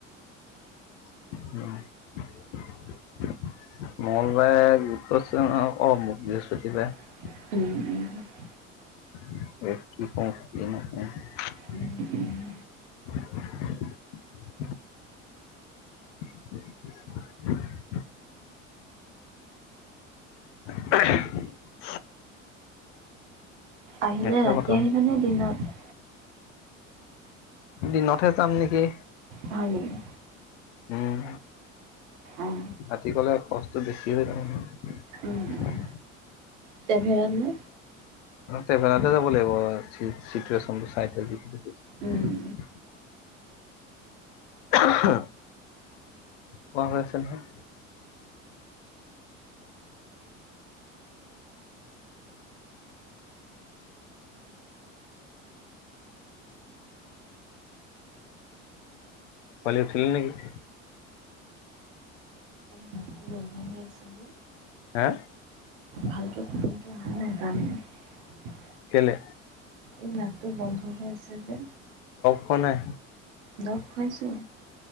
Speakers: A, on the left (about 65°); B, on the right (about 65°).
A: মঙলবাৰে অ বৃহস্পতিবাৰে
B: উম
A: <unintelligible>
B: উম, উম।
A: <inaudible> <unintelligible>
B: আহিলে
A: সেইটোহে
B: ৰাতি
A: কথা
B: আহিবানে দিনত?
A: দিনতহে যাম নেকি।
B: হয় নেকি?
A: উম।
B: অঁ।
A: ৰাতি কলে কষ্ট বেছি হৈ যাব ন?
B: উম উম, ট্ৰেভেলাৰ
A: <unintelligible>
B: নে?
A: তেভেৰাতে যাব লাগিব চি চিটুৱেচন টু চাই যিটো দেখিছো
B: উম,
A: <unintelligible> অহ কোৱা হৈ আছে নহয়। পোৱালী উঠিল নেকি?
B: মাতটো বন্ধ হৈ আছে যে
A: হা
B: ভালকে পটোমটো অহা নাই কাৰণে
A: কেলে?
B: এই নাকটো বন্ধ হৈ আছে যে।
A: খোৱা নাই।
B: দৰৱ খুৱাইছোঁ।